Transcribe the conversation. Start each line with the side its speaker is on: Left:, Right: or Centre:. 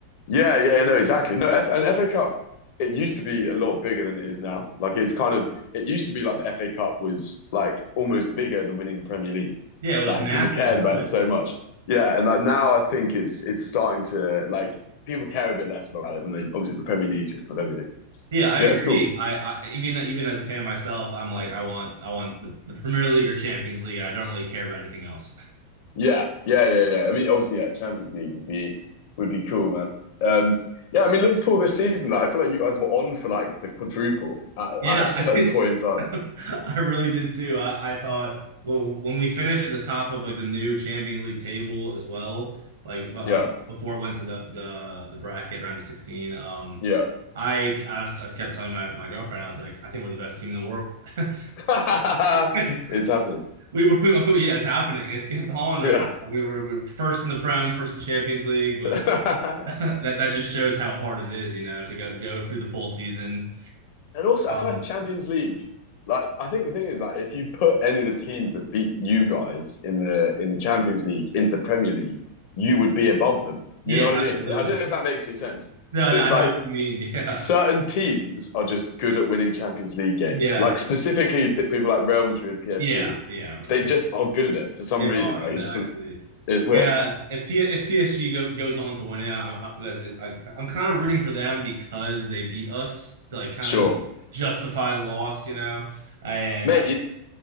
Left: Yeah, yeah, no, exactly. No, F and FA Cup, it used to be a lot bigger than it is now. Like it's kind of it used to be like the FA Cup was like almost bigger than winning the Premier League.
Right: Yeah, it
Left: Like
Right: was massive,
Left: people cared about
Right: right?
Left: it so much. Yeah, and like now I think it's it's starting to like people care a bit less about it than they obviously the Premier League is just kind of everything.
Right: Yeah, I
Left: But
Right: agree.
Left: yeah, it's cool.
Right: I, I even even as a fan myself, I'm like, I want I want the, the Premier League or Champions League, and I don't really care about anything else. <laughs>
Left: Yeah, yeah, yeah, yeah. I mean, obviously, yeah, Champions League would be would be cool, man. Um, yeah, I mean Liverpool this season, like, I feel like you guys were on for like the quadruple at,
Right: Yeah,
Left: at a certain
Right: I did.
Left: point
Right: too.
Left: in time.
Right: <laughs> I really did too. I, I thought well when we finished at the top of like the new Champions League table as well, like bu- uh,
Left: Yeah,
Right: before it went to the the the bracket round of 16, um,
Left: yeah.
Right: I I, was, I kept telling my, my girlfriend I was like, I think we're the best team in the world. <laughs>
Left: <laughs>
Right: Yes,
Left: It's happening.
Right: we were. <laughs> We, yeah, it's happening. It's it's on right
Left: Yeah.
Right: now. We were, we were first in the Prem, first in Champions League, but
Left: <laughs>
Right: <laughs> that that just shows how hard it is, you know, to go go through the full season.
Left: And also, I feel
Right: Um,
Left: like Champions League, like I think the thing is that if you put any of the teams that beat you guys in the in the Champions League into the Premier League, you would be above them. You
Right: yeah,
Left: know what I
Right: absolutely.
Left: mean? I don't know if that makes any sense,
Right: No,
Left: but
Right: no, I
Left: it's like
Right: know what you mean.
Left: certain
Right: <laughs>
Left: teams are just good at winning Champions League games.
Right: Yeah,
Left: Like specifically th- people like Real Madrid, PSG,
Right: yeah, yeah,
Left: they
Right: yeah.
Left: just
Right: <laughs>
Left: are good at it for some
Right: They are
Left: reason. Like
Right: exactly.
Left: it just it's weird.
Right: Yeah, if P- if PSG go, goes on to win it, I'm, I, as it- I, I'm kind of rooting for them because they beat us to like kind
Left: Sure,
Right: of justify the loss, you know. And
Left: mate.
Right: I,
Left: You,